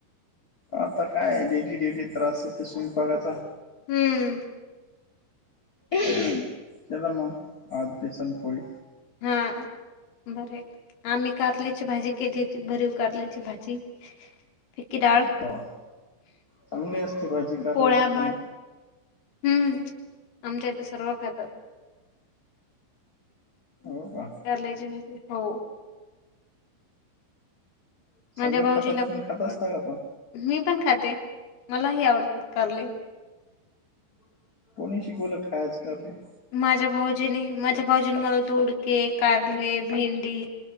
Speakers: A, on the left; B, on the left.
A: आता काय आहे डेली डेली त्रास येते स्वयंपाकाचा.
B: हम्म.
A: केला मग आज बेसन पोळी?
B: हां. बर आम्ही कारल्याची भाजी केली होती भरीव कारल्याची भाजी. फिक्की डाळ,
A: हो चांगली असते भाजी कारल्याची
B: पोळाया,
A: खाणं
B: भात हम्म आमच्या इथे सर्व खातात.
A: हो का?
B: <unintelligible> हो.
A: सगळे
B: माझ्या भाऊजीला
A: खातात तुम्ही
B: पण
A: खात
B: पड
A: असता का पण
B: मी पण खाते मलाही आवडतात कारले.
A: हो <unintelligible> कोणी शिकवलं खायच कारले?
B: माझ्या भाऊजीनी माझ्या भाऊजीनी मला धोडके कारले, भेंडी